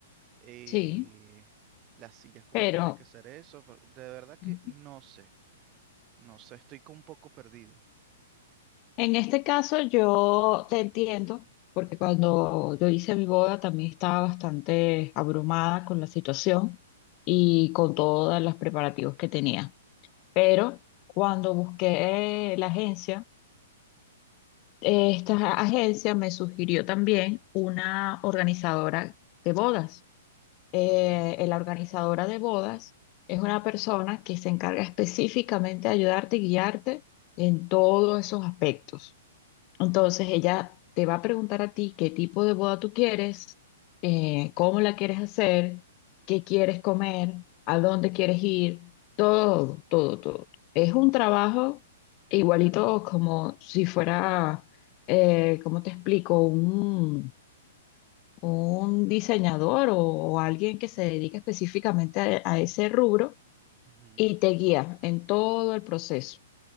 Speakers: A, on the right; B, on the left.
A: eh,
B: Sí,
A: las sillas, cómo
B: pero
A: tiene que ser eso. pero de verdad que
B: ujú.
A: no sé. No sé, estoy con un poco perdido.
B: en este caso yo te entiendo, porque cuando yo hice mi boda también estaba bastante abrumada con la situación y con todos los preparativos que tenía. Pero cuando busqué la agencia, esta agencia me sugirió también una organizadora de bodas. eh,
A: Ok.
B: la organizadora de bodas es una persona que se encarga específicamente de ayudarte y guiarte en todos esos aspectos. Entonces, ella te va a preguntar a ti qué tipo de boda tú quieres, eh, cómo la quieres hacer, qué quieres comer, a dónde quieres ir, todo, todo, todo. Es un trabajo igualito como si fuera, eh, ¿cómo te explico? Un un diseñador o, o alguien que se dedique específicamente a, a ese rubro
A: Ujú,
B: y te guía en todo el proceso,